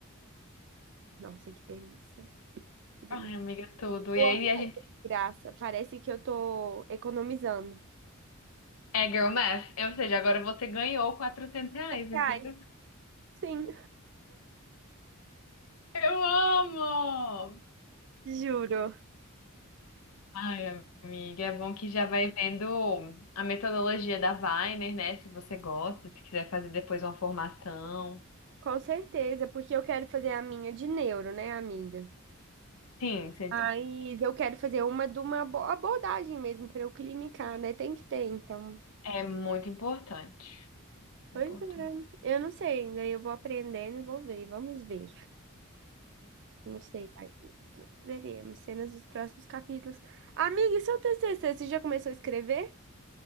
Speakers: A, on the right; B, on the left.
A: Nossa, que delícia, que delícia.
B: Ai, amiga, é tudo.
A: Boa.
B: E aí a gente.
A: Graça, parece que eu tô economizando.
B: É girl math. Ou seja, agora você ganhou quatrocentos reais, entendeu?
A: Reais, sim,
B: Eu amo!
A: juro.
B: Ai, amiga, é bom que já vai vendo a metodologia da Weiner, né? Se você gosta, se quiser fazer depois uma formação.
A: Com certeza, porque eu quero fazer a minha de neuro, né, amiga?
B: Sim, você
A: Mas
B: diz.
A: eu quero fazer uma de uma abo- abordagem mesmo para eu clinicar, né? Tem que ter, então.
B: É muito importante.
A: Pois
B: Importante.
A: é, eu não sei ainda, eu vou aprendendo e vou ver, vamos ver. Não sei, ai, veremos, cenas dos próximos capítulos. Amiga, e seu TCC, você já começou a escrever?